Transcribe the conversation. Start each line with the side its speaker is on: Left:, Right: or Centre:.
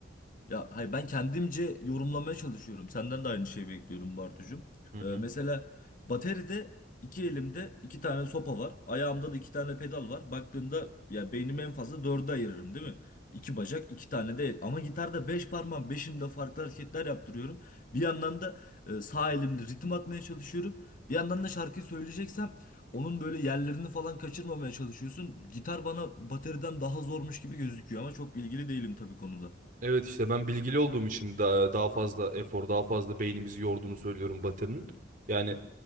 Left: ya hayır ben kendimce yorumlamaya çalışıyorum. Senden de aynı şeyi bekliyorum Bartucuğum.
Right: Hı
Left: Ee,
Right: hı.
Left: mesela bateride iki elimde iki tane sopa var. Ayağımda da iki tane pedal var. Baktığında ya beynimi en fazla dörde ayırırım değil mi? İki bacak iki tane de el. Ama gitarda beş parmağım beşinde farklı hareketler yaptırıyorum. Bir yandan da e, sağ elimle ritim atmaya çalışıyorum. Bir yandan da şarkıyı söyleyeceksem onun böyle yerlerini falan kaçırmamaya çalışıyorsun. Gitar bana bateriden daha zormuş gibi gözüküyor ama çok bilgili değilim tabii konuda.
Right: Evet işte ben bilgili olduğum için daha, daha fazla efor, daha fazla beynimizi yorduğunu söylüyorum batının. Yani